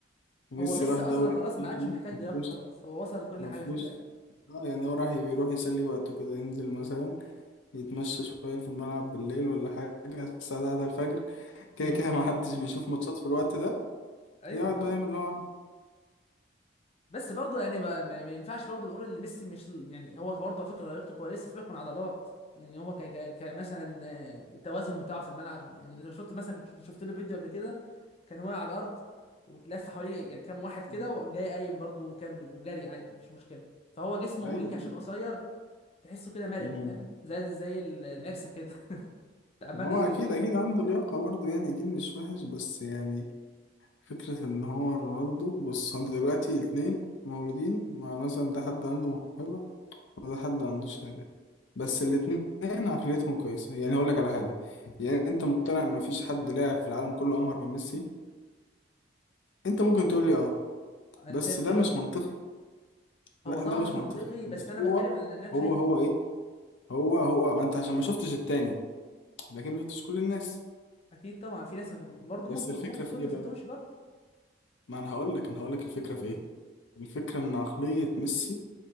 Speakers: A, on the left (about 75°); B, on the left (about 30°).
A: ميسي
B: هو ميسي
A: راح
B: اصلا
A: دوري
B: خلاص ما
A: امريكي
B: عادش محتاج
A: ما
B: لياقه
A: فيهوش
B: خلاص هو وصل لكل
A: ما
B: حاجه
A: فيهوش
B: في اللعب
A: اه يعني هو راح بيروح يسلي وقته كده ينزل مثلا يتمشى شوية في الملعب بالليل ولا حاجة الساعة 3 الفجر كده
B: امم
A: كده ما حدش بيشوف ماتشات في الوقت ده
B: ايوه
A: يقعد بقى يعمل اللي هو عايزه
B: بس برضه يعني ما, ما ما ينفعش برضه نقول ان ميسي مش يعني هو برضه على فكره لياقته كويسه سيبك من عضلات يعني هو ك ك ك- مثلا آه، التوازن بتاعه في الملعب يعني لو شفت مثلا شفت شفت له فيديو قبل كده كان واقع على الارض وتلف حواليه يعني كام واحد كده
A: مم.
B: وقام جاي قايم برضه ومكمل وجري عادي مش مشكله فهو جسمه
A: ايوه
B: يمكن عشان
A: ايوه
B: قصير تحسه كده مرن
A: امم
B: فاهم زي زي ال- العرسه
A: بالظبط
B: كده <laughs> عمال
A: ما هو
B: يجري
A: اكيد
B: كده
A: اكيد
B: اهو
A: عنده لياقة برضه يعني اكيد مش
B: أمم،
A: وحش بس يعني فكرة ان هو رونالدو بص هو انت دلوقتي الاتنين مولودين ما مثلا ده حد عنده موهبة وده حد ما عندوش حاجة بس الاتنين عقليتهم كويسة يعني هقول لك على حاجة يعني
B: أمم.
A: انت مقتنع ان مفيش حد لاعب في العالم كله امهر من ميسي انت ممكن تقول لي اه
B: انا
A: بس
B: شايف
A: ده
B: كده
A: مش
B: اه
A: منطقي
B: هو
A: لا
B: طبعا
A: ده
B: مش
A: مش منطقي
B: منطقي بس
A: بس
B: انا
A: هو
B: بتكلم عن اللي انا شايفه
A: هو هو ايه هو هو ما انت عشان ما شفتش التاني لكن ما شفتش كل الناس
B: اكيد طبعا في ناس ممكن برضه
A: بس
B: ممكن
A: الفكره
B: ممكن تكون
A: في
B: انت
A: ايه
B: ما
A: بقى
B: شفتهمش برضه
A: ما انا هقول
B: يعني
A: لك انا هقول لك الفكره في
B: مم.
A: ايه الفكره ان عقليه ميسي